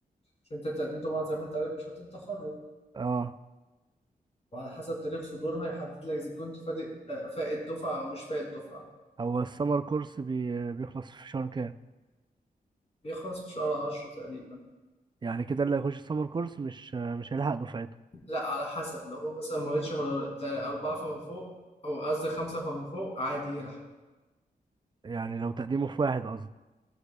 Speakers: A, on the left (about 40°); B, on the right (about 30°).
A: عشان أنت التقديم طبعا زي ما أنت عارف بشهادة التخرج
B: اه
A: وعلى حسب تاريخ صدورها يحدد لك إذا كنت فادئ- آه، فائت دفعة أو مش فائت دفعة
B: هو السمر كورس بي... بيخلص في شهر كام
A: بيخلص في شهر عشرة تقريبا
B: يعني كده اللي هيخش السمر كورس مش مش هيلحق دفعته
A: لا على حسب لو هو مثلا مواليد شهر تا- أربعة فما فوق أو قصدي خمسة فما فوق عادي يلحق
B: يعني لو تقديمه في واحد قصدي